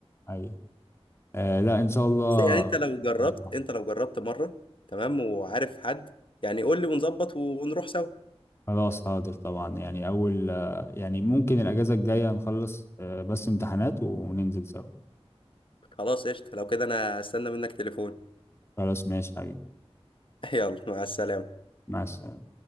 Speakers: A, on the left; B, on the left.
A: ايوه آه، لا ان شاء الله
B: بس يعني انت لو جربت
A: إن شاء الله تعمل.
B: انت لو جربت مره تمام وعارف حد يعني قول لي ونظبط ونروح سوا
A: خلاص هقدر طبعا يعني اول آه، يعني ممكن الاجازة الجاية نخلص آه، بس امتحانات وننزل سوا
B: خلاص قشطه لو كده انا استنى منك تليفون
A: خلاص ماشي حبيبي
B: <laughs> يلا مع السلامه
A: مع السلامة